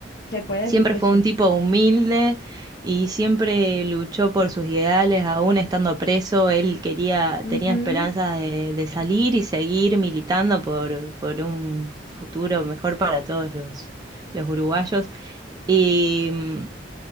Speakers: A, on the left (about 60°); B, on the right (about 20°).
A: Se puede decir
B: siempre
A: que
B: fue
A: sí.
B: un tipo humilde y siempre luchó por sus ideales, aún estando preso, él quería, tenía
A: Ujú,
B: esperanzas de, de salir y seguir militando por, por un futuro mejor para todos los, los uruguayos. Y mm,